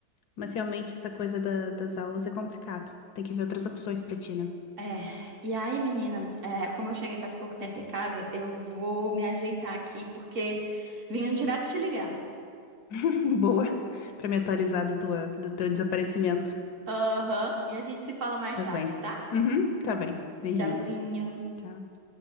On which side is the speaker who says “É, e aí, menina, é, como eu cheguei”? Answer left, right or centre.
Right